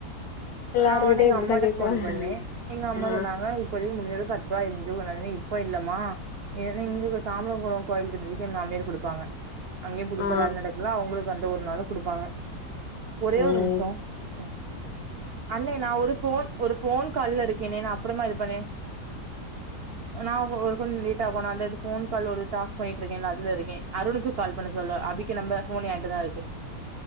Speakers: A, on the left; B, on the right.
A: எல்லாருகிட்டயு
B: நா ஒன்னே எங்க
A: இப்டிதா
B: அம்மாட்ட
A: கேக்குறாங்க
B: ஃபோன் பண்ணே எங்க அம்மா
A: ஆ
B: சொன்னாங்க இப்போதக்கி முடிஞ்சது பத்தோ பதினஞ்சோ சொன்னாலுமே இப்போ இல்லம்மா ஏனா இந்துக்கள் தாமரகொளோ கோயில் கட்றதுக்கே எ மாமியார் குடுப்பாங்க அங்கே புதுசா
A: ஆ
B: வேல நடக்குல அவுங்களுக்கு அந்த ஒரு நாளு குடுப்பாங்க ஒரே
A: ம்
B: ஒரு நிம்ஷோ <inaudible> அண்ணே நா ஒரு போன் ஒரு போன் கால்ல இருக்கேனே நா அப்புறமா இது பண்ணே நா ஒகு லேட் ஆகு அந்த போன் கால் ஒரு டாஸ் பண்ணிட்டு இருக்கே அதுல இருக்கே அருனுக்கு கால் பண்ண சொல்லு அபி நம்ப ஃபோன் என்டதா இருக்கு